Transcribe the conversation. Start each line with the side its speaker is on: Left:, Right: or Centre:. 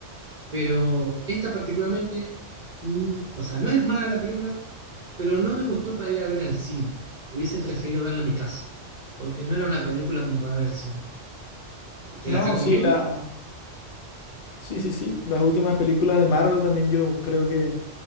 Right: pero esta particularmente, mm, o sea, no es mala la película, pero no me gustó para ir a ver al cine. Hubiese preferido verla en mi casa, porque no era una película como para ver al cine. Te
Left: No,
Right: la recomiendo.
Left: sí, la... Sí, sí, sí. Las últimas películas de Marvel también yo creo que...